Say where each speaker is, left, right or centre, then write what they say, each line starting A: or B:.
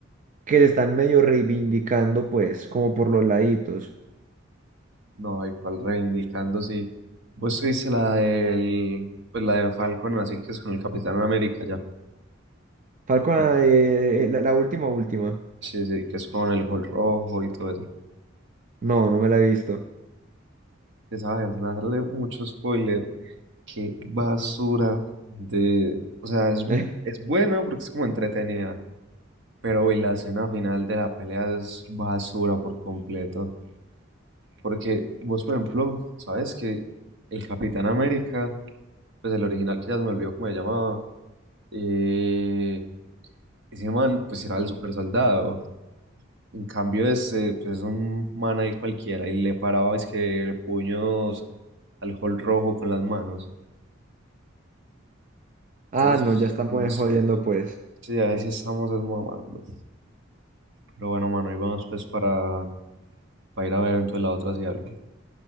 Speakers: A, on the right (about 40°); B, on the right (about 65°).
A: que se están medio reivindicando, pues, como por los laditos.
B: No, y cual reivindicando, sí. Vos viste la del, pues la de Falcon, así que es con el Capitán América ya.
A: Falcon, ah,
B: Ah,
A: eh, eh, la, la última, última.
B: Sí, sí, que es con el Hulk rojo y todo eso.
A: No, no me la he visto.
B: Esa vaina, se me hacerle mucho spoiler. Qué basura de... O sea, es, mu-
A: <laughs>
B: es buena porque es como entretenida, pero hoy la escena final de la pelea es basura por completo. Porque vos, por ejemplo, sabes que el Capitán América, pues el original que ya se me olvidó cómo se llamaba, eh, ese man pues era el super soldado. En cambio este, pues es un man ahí cualquiera y le paraba es que puños al Hulk rojo con las manos.
A: Ah,
B: Entonces,
A: no, ya estamos
B: no sé.
A: jodiendo, pues.
B: Sí, ahí sí estamos desmamando. Pero bueno, mano, y vamos pues para, para ir a ver entonces la otra si algo.